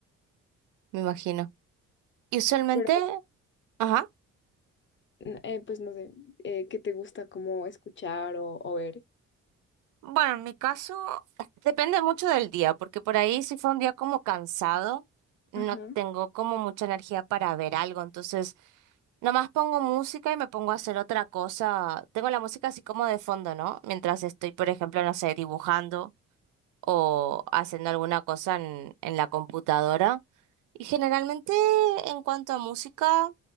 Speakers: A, on the right; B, on the left.
A: me imagino. Y usualmente,
B: Pero,
A: ajá.
B: n- eh, pues, no sé, eh, ¿qué te gusta como escuchar o, o ver?
A: Bueno, en mi caso depende mucho del día, porque por ahí si fue un día como cansado, no
B: Ajá.
A: tengo como mucha energía para ver algo, entonces nomás pongo música y me pongo a hacer otra cosa. Tengo la música así como de fondo, ¿no? Mientras estoy, por ejemplo, no sé, dibujando o haciendo alguna cosa en, en la computadora. Y generalmente en cuanto a música,